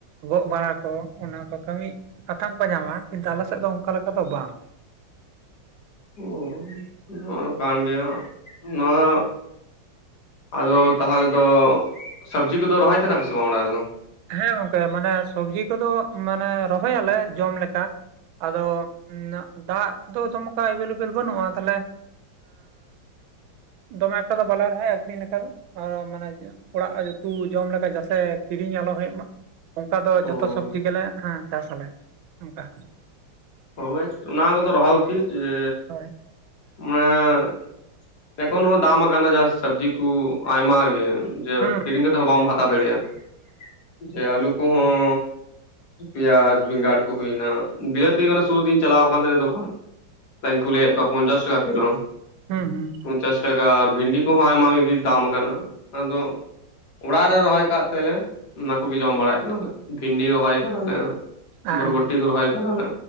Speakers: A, on the right (about 80°); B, on the left (about 55°).
A: ᱜᱚᱜ ᱵᱟᱲᱟ ᱠᱚ ᱚᱱᱟ ᱠᱚ ᱠᱟᱹᱢᱤ ᱠᱟᱛᱷᱟᱢ ᱠᱚ ᱧᱟᱢᱟ ᱠᱤᱱᱛᱩ ᱟᱞᱮ ᱥᱮᱫ ᱫᱚ ᱚᱱᱠᱟ ᱞᱮᱠᱟ ᱫᱚ ᱵᱟᱝ᱾
B: ᱚ ᱱᱚᱶᱟ ᱠᱟᱱ ᱜᱮᱭᱟ ᱱᱚᱣᱟ ᱟᱫᱚ ᱛᱟᱦᱞᱮ ᱫᱚ ᱥᱚᱵᱽᱡᱤ ᱠᱚᱫᱚ ᱨᱚᱦᱚᱭ ᱛᱟᱦᱮᱫ ᱯᱮ ᱥᱮ ᱵᱟᱝ ᱚᱲᱟᱜ ᱨᱮᱫᱚ?
A: ᱦᱮᱸ ᱜᱚᱝᱠᱮ ᱢᱟᱱᱮ ᱥᱚᱵᱽᱡᱤ ᱠᱚᱫᱚ ᱢᱟᱱᱮ ᱨᱚᱦᱚᱭ ᱟᱞᱮ ᱡᱚᱢ ᱞᱮᱠᱟ᱾ ᱟᱫᱚ ᱱᱟᱜ ᱫᱟᱜ ᱫᱚ ᱫᱚᱢᱠᱟ ᱮᱵᱮᱞᱮᱵᱮᱞ ᱵᱟᱹᱱᱩᱜᱼᱟ ᱛᱟᱦᱞᱮ ᱫᱚᱢᱮ ᱮᱠᱴᱟ ᱫᱚ ᱵᱟᱞᱮ ᱨᱚᱦᱚᱭᱟ ᱟᱹᱠᱷᱨᱤᱧ ᱞᱮᱠᱟ ᱫᱚ ᱟᱨ ᱢᱟᱱᱮ ᱚᱲᱟᱜ ᱩᱛᱩ ᱡᱚᱢ ᱞᱮᱠᱟ ᱡᱟᱛᱮ ᱠᱤᱨᱤᱧ ᱠᱤᱨᱤᱧ ᱟᱞᱚ ᱦᱩᱭᱩᱜ ᱢᱟ ᱚᱱᱠᱟ ᱫᱚ
B: ᱚ
A: ᱡᱚᱛᱚ ᱥᱚᱵᱽᱡᱤ ᱜᱮᱞᱮ ᱪᱟᱥ ᱟᱞᱮ ᱚᱱᱠᱟ᱾
B: ᱦᱳᱭ ᱚᱱᱟ ᱠᱚᱫᱚ ᱨᱚᱦᱚᱭ ᱩᱪᱤᱛ ᱡᱮ
A: ᱦᱳᱭ
B: ᱢᱟᱱᱮ ᱮᱠᱷᱚᱱ ᱦᱚᱸ ᱫᱟᱢ ᱟᱠᱟᱱᱟ ᱡᱟ ᱥᱚᱵᱽᱡᱤ ᱠᱚ ᱟᱭᱢᱟ ᱜᱮ᱾ ᱡᱮ
A: ᱦᱩᱸ ᱦᱩᱸ᱾
B: ᱠᱤᱨᱤᱧ ᱠᱟᱛᱮᱜ ᱦᱚᱸ ᱵᱟᱢ ᱦᱟᱛᱟᱣ ᱫᱟᱲᱮᱭᱟᱜᱼᱟ᱾ ᱡᱮ ᱟᱞᱩ ᱠᱚᱦᱚᱸ ᱯᱮᱭᱟᱡ ᱵᱮᱸᱜᱟᱲ ᱠᱚ ᱦᱩᱭᱱᱟ ᱵᱤᱞᱟᱹᱛᱤ ᱥᱩᱨ ᱫᱤᱱ ᱪᱟᱞᱟᱣ ᱟᱠᱟᱱ ᱛᱟᱦᱮᱱᱟᱧ ᱫᱚᱠᱟᱱ ᱠᱩᱞᱤᱭᱮᱫ ᱠᱚᱣᱟ ᱯᱚᱧᱪᱟᱥ ᱴᱟᱠᱟ ᱠᱤᱞᱳ᱾
A: ᱦᱩ ᱦᱩ᱾
B: ᱯᱚᱧᱪᱟᱥ ᱴᱟᱠᱟ ᱟᱨ ᱵᱷᱤᱱᱰᱤ ᱠᱚᱦᱚᱸ ᱟᱭᱢᱟ ᱜᱮ ᱫᱟᱢ ᱟᱠᱟᱱᱟ ᱟᱫᱚ ᱚᱲᱟᱜ ᱨᱮ ᱨᱚᱦᱚᱭ ᱟᱠᱟᱫ ᱛᱟᱞᱮ ᱚᱱᱟ ᱠᱚᱜᱮ ᱡᱚᱢ ᱵᱟᱲᱟᱭᱮᱫ ᱠᱟᱱᱟᱞᱮ ᱵᱷᱤᱱᱰᱤ ᱨᱚᱦᱚᱭ ᱠᱟᱫᱟᱞᱮ᱾
A: ᱟ
B: ᱵᱷᱚᱨᱵᱚᱴᱤ ᱠᱚ ᱨᱚᱦᱚᱭ ᱠᱟᱫᱟᱞᱮ